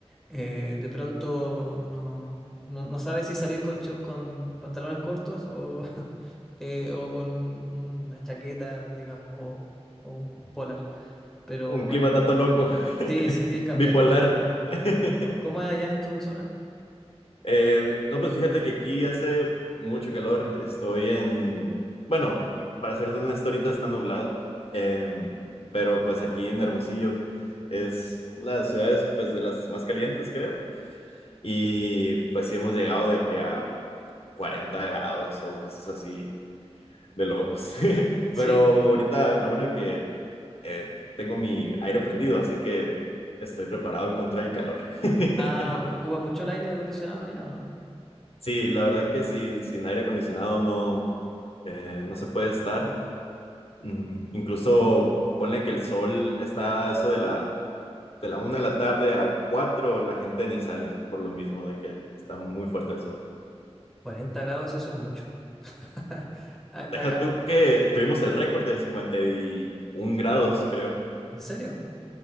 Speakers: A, in the centre; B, on the left.
A: eh, de pronto no, no, no sabes si salir con, cho- con pantalones cortos o, <laughs> eh, o con una chaqueta, digamos, o, o un polar. Pero
B: un
A: bueno,
B: clima tanto loco, <laughs>
A: sí, sí, sí, es cambiante.
B: bipolar. <laughs>
A: ¿Cómo es allá en tu zona?
B: Eh, no, pues fíjate que aquí hace mucho calor. Estoy en, bueno, para serte honesto, ahorita está nublado, Eh, pero pues aquí en Hermosillo es las ciudades pues de las más calientes, creo. Y pues sí hemos llegado de que a 40 grados o cosas así. de locos. <laughs>
A: Sí.
B: Pero ahorita lo bueno es que eh, tengo mi aire prendido, así que estoy preparado en contra del calor. <laughs>
A: Ah, ocupa mucho el aire acondicionado allá, ¿no?
B: Sí, la verdad que sin, sin aire acondicionado no, eh, no se puede estar. Mm, Incluso ponle que el sol está a eso de la, de la una de la tarde a cuatro, la gente ni sale por lo mismo de que el- está muy fuerte el sol.
A: 40 grados, eso es mucho. <laughs> A-
B: Deja
A: a-
B: tú que tuvimos el récord de 51 grados, creo.
A: ¿En serio?